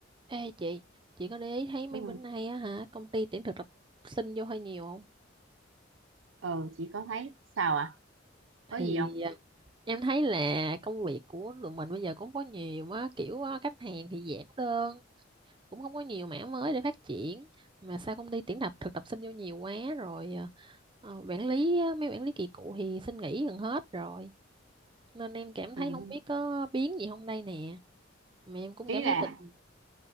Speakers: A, on the right; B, on the right.
A: Ê chị, chị có để ý thấy mấy
B: ừ
A: bữa nay á hả, công ty tuyển thực tập sinh vô hơi nhiều không?
B: ừ chị có thấy sao à
A: Thì
B: có gì không
A: à, em thấy là công việc của tụi mình bây giờ cũng có nhiều á, kiểu à, khách hàng thì giảm đơn, cũng không có nhiều mảng mới để phát triển. Mà sao công ty tuyển tập thực tập sinh vô nhiều quá rồi, à, ờ, quản lý, á, mấy quản lý kỳ cựu thì xin nghỉ gần hết rồi. Nên em cảm thấy
B: ừ
A: không biết có biến gì không đây nè. Mà em cũng
B: ý
A: cảm
B: là
A: thấy tình...